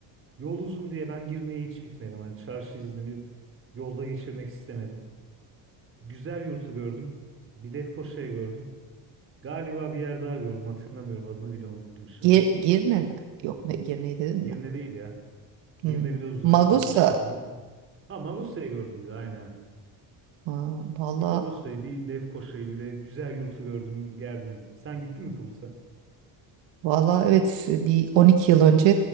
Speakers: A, on the right; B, on the right.
A: Yol uzun diye ben Girne'ye hiç gitmedim. Hani çarşı iznimi yolda geçirmek istemedim. Güzel yurtu gördüm. Bir Lefkoşa'yı gördüm. Galiba bir yer daha gördüm. Hatırlamıyorum. Adını bile unuttum şimdi.
B: Gir, Girne mi? Yok ne Girne'yi dedim
A: Girne
B: mi?
A: değil ya.
B: Hmm.
A: Girne biraz uzak
B: Magusa.
A: kalmıştı bana. Ha Magosa'yı gördüm bir de aynen.
B: Aa, Valla
A: Bir Magosa'yı, bir Lefkoşa'yı, bir de güzel yurtu gördüm, gerdim. Sen gittin mi Kıbrıs'a?
B: valla evet bir 12 yıl önce